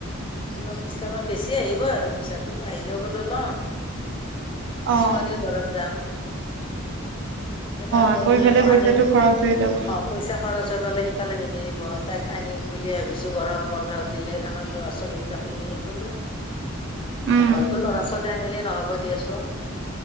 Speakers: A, on the left; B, on the right.
A: অলপ ইনষ্টলমেণ্ট বেছি আহিব আৰু পইচাটো, আহিলেও বোলো ল'ম।
B: অ',
A: ছোৱালীৰ ঘৰত যাম। এতিয়া তাত
B: আকৌ
A: গ'লে
B: ইফালে
A: সিহতক
B: পইচাটো
A: আনিম।
B: খৰচ হৈ যাব
A: পইচা খৰচ হৈ গ'লে সিফালে নিমিলিব তাইক আনিম বুলি ভাবি। কিছু গৰম বন্ধ দিলে ল'ৰা ছোৱালীকটাক লৈ আহিম বোলো
B: উম।
A: অলতো ল'ৰা ছ। আনিলে নহব দিয়াচোন